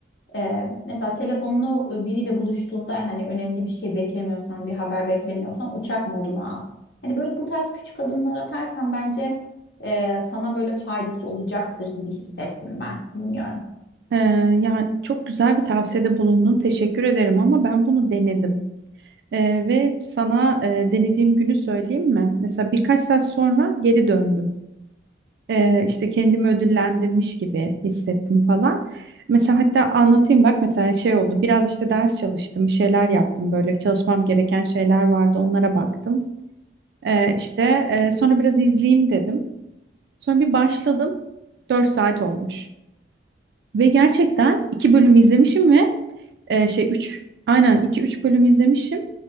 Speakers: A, on the left; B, on the right.
A: Ee, mesela telefonunu e, biriyle buluştuğunda hani önemli bir şey beklemiyorsan, bir haber beklemiyorsan uçak moduna al. Hani böyle bu tarz küçük adımlar atarsan bence e, sana böyle faydası olacaktır gibi hissettim ben. Bilmiyorum.
B: Ee, yani çok güzel bir tavsiyede bulundun. Teşekkür ederim ama ben bunu denedim. Ee, ve sana e, denediğim günü söyleyeyim mi? Mesela birkaç saat sonra geri döndüm. Ee, işte kendimi ödüllendirmiş gibi hissettim falan. Mesela hatta anlatayım bak mesela şey oldu. Biraz işte ders çalıştım, bir şeyler yaptım böyle çalışmam gereken şeyler vardı onlara baktım. Ee, işte e, sonra biraz izleyeyim dedim. Sonra bir başladım. dört saat olmuş. Ve gerçekten 2 bölüm izlemişim ve e, şey 3 aynen iki üç bölüm izlemişim.